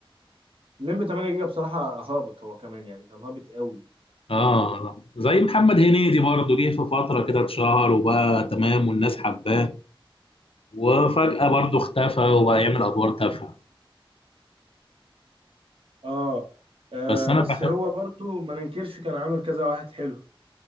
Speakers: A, on the right; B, on the left.
A: اللمبي 8 جيجا بصراحة هابط هو كمان يعني كان هابط قوي
B: اه زي محمد هنيدي برضه جه في فتره كده اتشهر وبقى تمام والناس حباه وفجاه برضه اختفى وبقى يعمل ادوار تافهه
A: اه آه،
B: بس انا
A: بس
B: بحب
A: هو برضو ما ننكرش كان عامل كذا واحد حلو